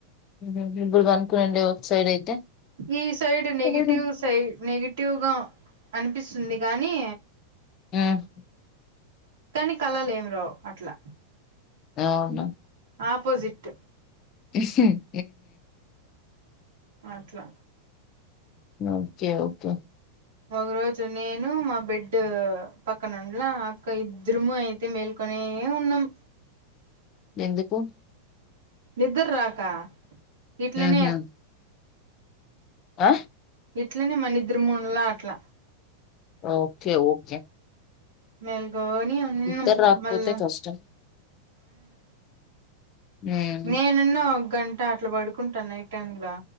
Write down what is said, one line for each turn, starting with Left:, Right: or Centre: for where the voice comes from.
Left: ఉహ్మ్ ముగ్గురు పనుకునుండే ఒక సైడ్ అయితే
Right: ఈ సైడ్ నెగిటివ్
Left: హ్మ్
Right: సై నెగి టివ్ గా అనిపిస్తుంది గానీ
Left: ఉమ్
Right: కానీ కలలు ఏమి రావు అట్లా
Left: అవున
Right: ఆపోజిట్
Left: ఉహ్మ్
Right: అట్లా
Left: ఒకే ఒకే
Right: ఒగ రోజు నేను మా బెడ్ పక్కన ఉలా అక్క ఇద్దరుము అయితే మేల్కొ కోనే ఉన్నాం
Left: ఎందుకు
Right: నిద్దర రాక ఇట్లనే
Left: హుహు. ఆ
Right: ఇట్లనే మన ఇద్దరం ముంల అట్లా
Left: ఓకే ఓకే
Right: మెల్కొని ఉన్నాం
Left: ఇద్దరు రాకపోతే
Right: మళ్ళ
Left: కష్టం. హ్మ్.
Right: నేనన్నా ఒక గంట అట్లా పడుకుంటా నైట్ టైమ్లా